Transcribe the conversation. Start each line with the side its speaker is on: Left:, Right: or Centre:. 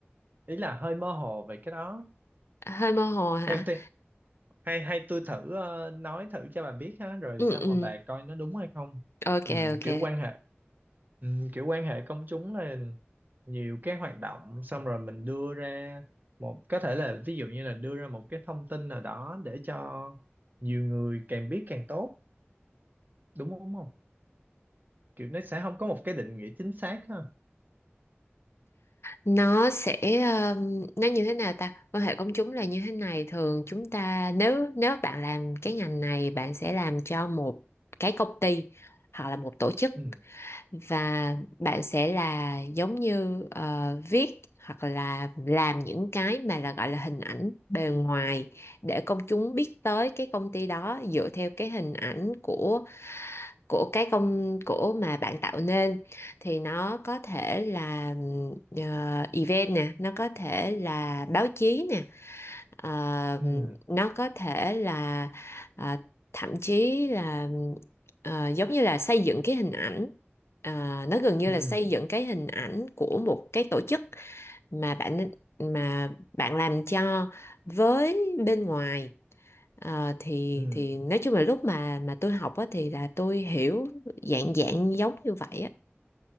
Right: ý là hơi mơ hồ về cái đó
Left: Hơi mơ hồ hả?
Right: theo tôi hay hay tôi thử ờ, nói thử cho bà biết ha rồi
Left: Ừ
Right: xong
Left: ừ.
Right: rồi bà coi nó đúng hay không
Left: Ok
Right: Ừm,
Left: ok.
Right: kiểu quan hệ ừm, kiểu quan hệ công chúng là nhiều cái hoạt động xong rồi mình đưa ra một có thể là ví dụ như là đưa ra một cái thông tin nào đó để cho nhiều người càng biết càng tốt đúng không đúng không kiểu nó sẽ không có một cái định nghĩa chính xác ha
Left: nó sẽ um, nó như thế nào ta quan hệ công chúng là như thế này thường chúng ta nếu nếu bạn làm cái ngành này bạn sẽ làm cho một cái công ty hoặc là một tổ chức
Right: ừ
Left: và bạn sẽ là giống như ờ, viết hoặc là làm những cái mà là gọi là hình ảnh bề ngoài để công chúng biết tới cái công ty đó dựa theo cái hình ảnh của của cái công của mà bạn tạo nên thì nó có thể là ờ, event nè, nó có thể là báo chí nè Ờ,
Right: ừ
Left: nó có thể là ờ, thậm chí là ờ, giống như là xây dựng cái hình ảnh Ờ, nó gần như
Right: ừ
Left: là xây dựng cái hình ảnh của một cái tổ chức mà bạn mà bạn làm cho với bên ngoài Ờ, thì
Right: Ừ,
Left: thì nói chung là lúc mà mà tôi học á, thì là tôi hiểu dạng dạng giống như vậy á